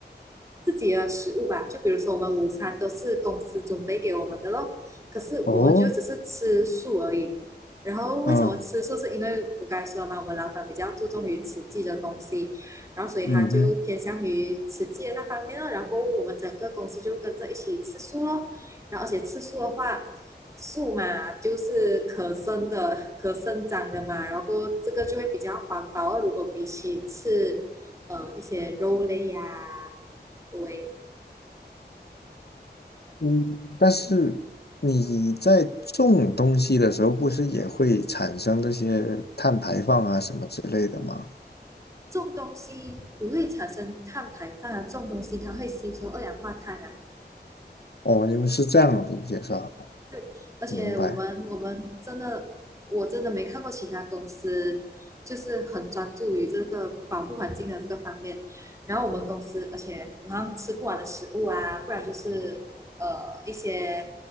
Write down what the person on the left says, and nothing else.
哦，
嗯。
嗯哼，
嗯，但是你在种东西的时候，不是也会产生这些碳排放啊什么之类的吗？
哦，你们是这样理解是吧？
明白。